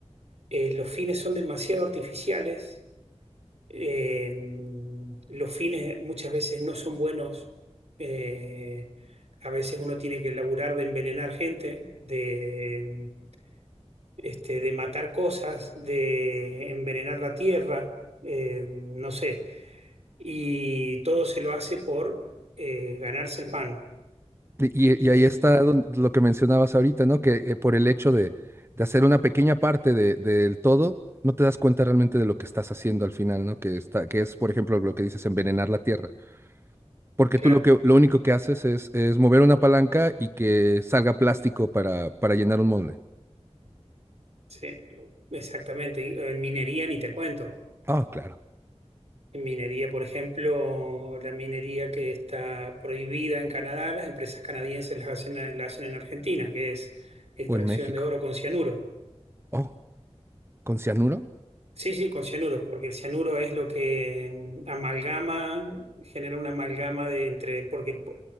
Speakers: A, on the right (about 70°); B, on the right (about 20°).
A: Eh, los fines son demasiado artificiales Eh, los fines muchas veces no son buenos. Eh, a veces uno tiene que laburar de envenenar gente, de, este, de matar cosas, de envenenar la tierra, eh, no sé. Y todo se lo hace por eh, ganarse el pan.
B: Y, y- y
A: Es-
B: ahí está don- lo que mencionabas ahorita, ¿no? Que eh, por el hecho de, de hacer una pequeña parte de- del todo, no te das cuenta realmente de lo que estás haciendo al final, ¿no? Que está, que es, por ejemplo, lo que dices, envenenar la tierra. Porque
A: claro,
B: tú lo que, lo único que haces es, es mover una palanca y que salga plástico para, para llenar un molde.
A: sí, exactamente. Y, eh, En minería ni te cuento.
B: Ah, claro.
A: En minería, por ejemplo, la minería que está prohibida en Canadá, las empresas canadienses las hacen, la hacen en Argentina, que es extracción
B: O en México.
A: de oro con cianuro.
B: Oh, ¿con cianuro?
A: Sí, sí, con cianuro, porque el cianuro es lo que mm, amalgama, genera una amalgama de entre, porque el, po-